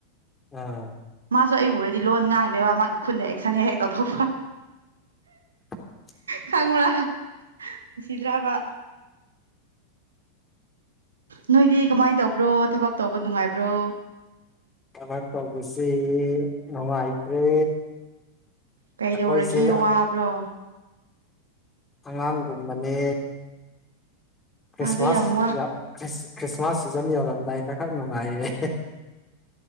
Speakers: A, on the left (about 15°); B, on the right (about 70°).
A: ꯑꯝ
B: ꯃꯥꯁꯨ ꯑꯩ ꯎꯔꯗꯤ ꯂꯣꯟ ꯉꯥꯡꯗꯦꯕ ꯃꯥꯒꯤ ꯈꯨꯠꯅ ꯑꯦꯛꯁꯟ ꯍꯦꯛ ꯍꯦꯛ ꯇꯧꯊꯣꯛꯄ
A: <inaudible>
B: ꯈꯪꯕ꯭ꯔꯥ ꯅꯨꯡꯁꯤꯗ꯭ꯔꯕ ꯅꯣꯏꯗꯤ ꯀꯃꯥꯏꯅ ꯇꯧꯕ꯭ꯔꯣ ꯊꯕꯛ ꯇꯧꯕ ꯅꯨꯡꯉꯥꯏꯕ꯭ꯔꯣ
A: ꯊꯕꯛ ꯇꯧꯕꯁꯦ ꯅꯨꯡꯉꯥꯏꯇ꯭ꯔꯦ
B: ꯀꯩꯗꯧꯔꯒꯦ
A: ꯑꯩꯈꯣꯏꯁꯦ
B: ꯋꯥꯕ꯭ꯔꯣ
A: ꯑꯉꯥꯡꯒꯨꯝꯕꯅꯦ ꯈ꯭ꯔꯤꯁꯃꯥꯁ
B: ꯑꯗꯨ ꯌꯥꯝ ꯋꯥ
A: ꯈ꯭ꯔꯤꯁꯃꯥꯁ ꯁꯤꯖꯥꯟ ꯌꯧꯔꯝꯗꯥꯏꯗ ꯈꯛ ꯅꯨꯡꯉꯥꯏꯌꯦ